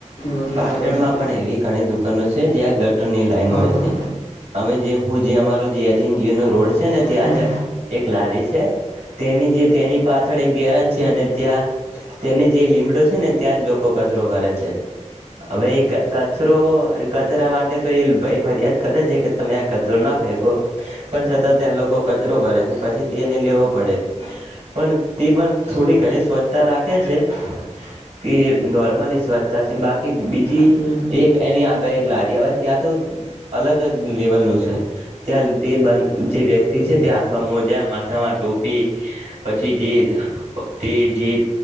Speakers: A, on the left; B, on the right.
A: વગેરે
B: પાટણમાં
A: હોય છે
B: પણ એવી ઘણી દુકાનો છે જ્યાં ગટન ની લાઈન
A: હા
B: હોય
A: બોલો
B: છે. અમે જે હું જે અમારો જે આર સી સી નો રોડ છે ને ત્યાં
A: હમ.
B: જ. એક લારી છે તેની જે તેની પાછળ એક ગેરજ છે અને ત્યાં. તેને જે લીમડો છે ને ત્યાં જ લોકો કચરો કરે છે. હવે કચરો કચરા માટે તો એ ભાઈ ફરિયાદ કરે છે કે. તમે આ કચરો ના ફેંકો. પણ છતાં ત્યાં લોકો કચરો કરે છે પછી તે એને લેવો પડે. પણ તે પણ થોડી ઘણી સ્વચ્છતા રાખે છે. કે નોર્મલી સ્વચ્છતા છે બાકી બીજી
A: હમ.
B: એક. એની આગળ એક લારી આવે ત્યાં તો અલગ જ લેવલ નું છે. ત્યાં તે બ જે વ્યક્તિ છે તે હાથમાં મોજા માથામાં ટોપી. પછી જે તે જે.